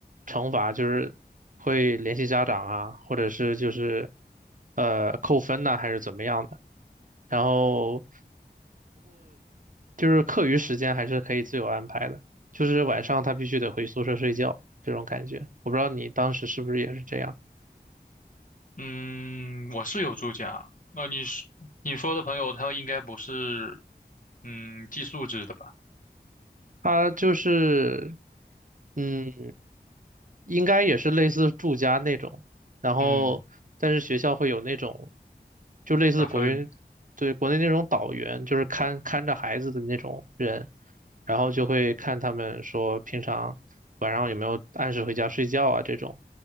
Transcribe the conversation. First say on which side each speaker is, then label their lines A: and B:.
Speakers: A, on the right; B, on the left.
A: 惩罚，就是会联系家长啊，或者是就是呃扣分呐、还是怎么样的。然后就是课余时间还是可以自由安排的，就是晚上他必须得回宿舍睡觉这种感觉。我不知道你当时是不是也是这样。
B: 嗯，我是有住家。那你是你说的朋友，他应该不是嗯寄宿制的吧？
A: 他就是，嗯，应该也是类似住家那种，然后但是学校会有那种，
B: 嗯，
A: 就类似国园，
B: 打分
A: 对，国内那种导员，就是看看着孩子的那种人，然后就会看他们说平常晚上有没有按时回家睡觉啊这种，